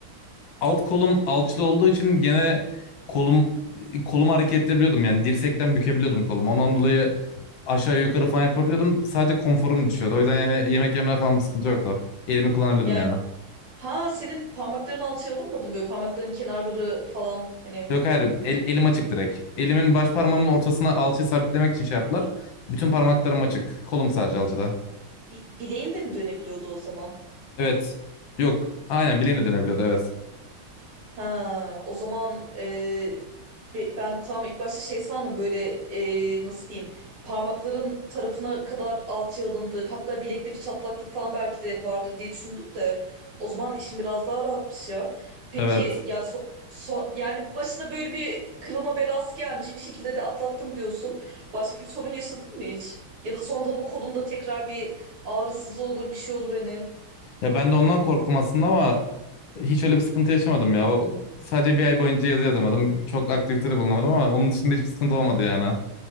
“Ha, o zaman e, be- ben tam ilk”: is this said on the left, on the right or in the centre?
Right